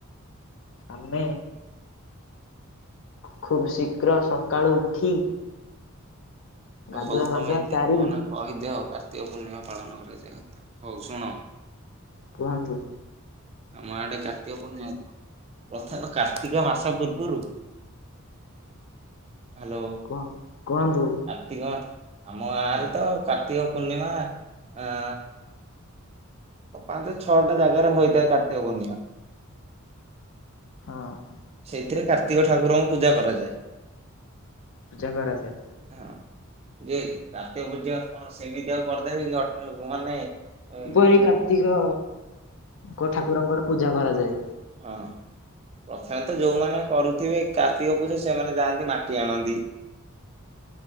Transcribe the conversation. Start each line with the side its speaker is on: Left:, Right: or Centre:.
Left: ଆମେ ଖୁବ ଶୀଘ୍ର ସକାଳୁ ଉଠି ଗାଧୁଆ
Right: ହଉ ତମେ
Left: ପାଧୁଆ
Right: ଏତେ
Left: ସାରି
Right: କୁହନା କହିଦିଅ କାର୍ତ୍ତିକ ପୂର୍ଣ୍ଣିମା ପାଳନ କରାଯାଏ। ହୋଉ ଶୁଣ
Left: କୁହନ୍ତୁ।
Right: ଆମ ଆଡେ କାର୍ତ୍ତିକ ପୂର୍ଣିମୀ କଥା କାର୍ତ୍ତିକ ମାସ ପୂର୍ବରୁ ହ୍ୟାଲୋ।
Left: କୁହ କୁହନ୍ତୁ
Right: ତିଗ ଆମ ଗାଁରେ ତ କାର୍ତ୍ତିକ ପୂର୍ଣ୍ଣିମା ଆଁ ପାଞ୍ଚ ଛଅଟା ଜାଗାରେ ହୋଇଥାଏ କାର୍ତ୍ତିକ ପୂଣ୍ଣିମା।
Left: ହଁ।
Right: ସେଇଥିରେ କାର୍ତ୍ତିକ ଠାକୁରଙ୍କୁ ପୂଜା କରାଯାଏ।
Left: ପୂଜା କରାଯାଏ।
Right: ହଁ ଯେ କାର୍ତ୍ତିକ ପୂଜା କଣ ସେମିତି ଆଉ କରିଦେବି କି <unintelligible> ମାନେ ହୁଁ।
Left: ଏଇ କାର୍ତ୍ତିକ କ ଠାକୁରଙ୍କର ପୂଜା କରାଯାଏ।
Right: ହଁ। ପ୍ରଥମେ ତ ଯୋଉମାନେ କରୁଥିବେ କାର୍ତ୍ତିକ ପୂଜା ସେମାନେ ଯାଆନ୍ତି ମାଟି ଆଣନ୍ତି।